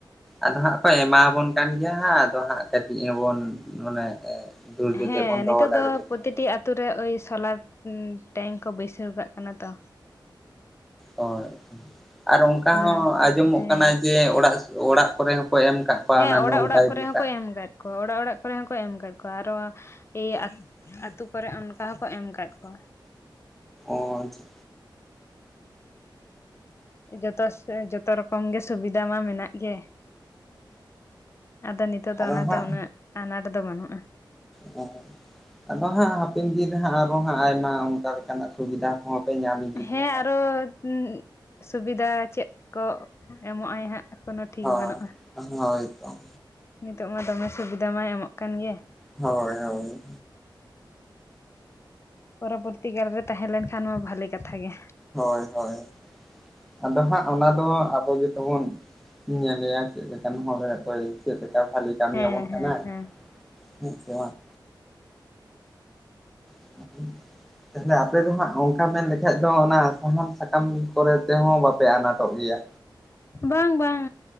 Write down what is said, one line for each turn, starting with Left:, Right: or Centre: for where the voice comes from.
Centre: ᱟᱫᱚ ᱦᱟᱸᱜ ᱠᱚ ᱮᱢᱟᱵᱚᱱ ᱠᱟᱱ ᱜᱮᱭᱟ ᱦᱟᱸᱜ ᱟᱫᱚ ᱦᱟᱸᱜ ᱠᱟᱹᱴᱤᱡ ᱦᱚᱸᱵᱚᱱ ᱢᱟᱱᱮ ᱫᱷᱳᱨ ᱡᱚᱛᱮᱫ
Left: ᱦᱮᱸ
Centre: ᱵᱚᱱ ᱫᱚᱦᱚ
Left: ᱱᱤᱛᱚᱜ
Centre: ᱫᱟᱲᱮ
Left: ᱫᱚ
Centre: ᱞᱮᱠᱷᱟᱱ
Left: ᱯᱨᱚᱛᱤᱴᱤ ᱟᱛᱩ ᱨᱮ ᱟᱹᱭ ᱥᱳᱞᱟᱨ ᱴᱮᱝᱠ ᱠᱚ ᱵᱟᱹᱭᱥᱟᱹᱣ ᱠᱟᱜ ᱠᱟᱱᱟ ᱛᱚ᱾
Centre: ᱦᱳᱭ, ᱟᱨ ᱚᱱᱠᱟ
Left: ᱚᱱᱟ
Centre: ᱦᱚᱸ
Left: ᱠᱟᱛᱮ
Centre: ᱟᱸᱡᱚᱢᱚᱜ
Left: ᱦᱮᱸ
Centre: ᱠᱟᱱᱟ ᱡᱮ ᱚᱲᱟᱜ ᱚᱲᱟᱜ ᱠᱚᱨᱮ ᱦᱚᱸᱠᱚ ᱮᱢ ᱠᱟᱜ ᱠᱚᱣᱟ
Left: ᱦᱮᱸ
Centre: ᱚᱱᱟ
Left: ᱚᱲᱟᱜ
Centre: ᱱᱚᱞ
Left: ᱚᱲᱟᱜ
Centre: ᱯᱟᱭᱤᱯ
Left: ᱠᱚᱨᱮ
Centre: ᱞᱮᱠᱟ
Left: ᱦᱚᱸᱠᱚ ᱮᱢ ᱟᱠᱟᱫ ᱠᱚᱣᱟ ᱚᱲᱟᱜ ᱚᱲᱟᱜ ᱠᱚᱨᱮ ᱦᱚᱸᱠᱚ ᱮᱢ ᱟᱠᱟᱫ ᱠᱚᱣᱟ ᱟᱨᱚ ᱤᱭᱟᱹ ᱟ ᱟᱹᱛᱩ ᱠᱚᱨᱮᱜ ᱚᱱᱠᱟ ᱦᱚᱸᱠᱚ ᱮᱢ ᱟᱠᱟᱫ ᱠᱚᱣᱟ᱾
Centre: ᱚ ᱟᱪᱪᱷᱟ᱾
Left: ᱡᱚᱛᱚᱥ ᱮᱸ ᱡᱚᱛᱚ ᱨᱚᱠᱚᱢ ᱜᱮ ᱥᱩᱵᱤᱫᱟ ᱢᱟ ᱢᱮᱱᱟᱜ ᱜᱮ᱾ ᱟᱫᱚ ᱱᱤᱛᱚᱜ ᱫᱚ
Centre: ᱟᱨᱚ
Left: ᱚᱱᱟᱛᱚ
Centre: ᱦᱟᱸᱜ
Left: ᱩᱱᱟᱹᱜ ᱟᱱᱟᱴ ᱫᱚ ᱵᱟᱹᱱᱩᱜᱼᱟ᱾
Centre: ᱦᱮᱸ, ᱟᱫᱚ ᱦᱟᱸᱜ ᱦᱟᱯᱤᱱ ᱫᱤᱱ ᱨᱮ ᱦᱟᱸᱜ ᱟᱨᱚ ᱦᱟᱸᱜ ᱟᱭᱢᱟ ᱚᱱᱠᱟ ᱞᱮᱠᱟᱱᱟᱜ ᱥᱩᱵᱤᱫᱟ ᱦᱚᱸ ᱯᱮ ᱧᱟᱢ ᱤᱫᱤ
Left: ᱦᱮᱸ
Centre: ᱜᱮᱭᱟ
Left: ᱟᱨᱚ ᱩᱸ ᱥᱩᱵᱤᱫᱷᱟ ᱪᱮᱫ ᱠᱚ ᱮᱢᱚᱜᱼᱟᱭ ᱦᱟᱸᱜ ᱠᱚᱱᱚ ᱴᱷᱤᱠ
Centre: ᱦᱟᱸᱜ ᱦᱳᱭ
Left: ᱵᱟᱹᱱᱩᱜᱼᱟ᱾
Centre: ᱦᱳᱭ ᱛᱚ᱾
Left: ᱱᱤᱛᱚᱜ ᱢᱟ ᱫᱚᱢᱮ ᱥᱩᱵᱤᱫᱷᱟ ᱢᱟᱭ ᱮᱢᱚᱜ ᱠᱟᱱ ᱜᱮ᱾
Centre: ᱦᱳᱭ ᱦᱳᱭ᱾
Left: ᱯᱚᱨᱚᱵᱚᱨᱛᱤ ᱠᱟᱞ ᱨᱮ ᱛᱟᱦᱮᱸ ᱞᱮᱱᱠᱷᱟᱱ ᱢᱟ ᱵᱷᱟᱞᱮ ᱠᱟᱛᱷᱟ ᱜᱮ᱾
Centre: ᱦᱳᱭ ᱦᱳᱭ, ᱟᱫᱚ ᱦᱟᱸᱜ ᱚᱱᱟ ᱫᱚ ᱟᱵᱚ ᱜᱮᱛᱚ ᱵᱚᱱ ᱧᱮᱞᱮᱭᱟ ᱪᱮᱫᱽ ᱞᱮᱠᱟᱱ ᱦᱚᱲᱮ ᱚᱠᱚᱭ ᱪᱮᱫ ᱞᱮᱠᱟ ᱜᱷᱟᱞᱮ ᱠᱟᱢᱤ
Left: ᱦᱮᱸ
Centre: ᱭᱟᱵᱚᱱ ᱠᱟᱱᱟᱭ,
Left: ᱦᱮᱸ ᱦᱮᱸ
Centre: ᱦᱩᱺ ᱥᱮ ᱵᱟᱝ? <inaudible> ᱛᱟᱦᱚᱞᱮ ᱟᱯᱮ ᱫᱚ ᱦᱟᱸᱜ ᱚᱱᱠᱟ ᱢᱮᱱ ᱞᱮᱠᱷᱟᱡ ᱫᱚ ᱚᱱᱟ ᱥᱟᱦᱟᱱ ᱥᱟᱠᱟᱢ ᱠᱚᱨᱮ ᱛᱮᱦᱚᱸ ᱵᱟᱯᱮ ᱟᱱᱟᱴᱚᱜ ᱜᱮᱭᱟ᱾
Left: ᱵᱟᱝ ᱵᱟᱝ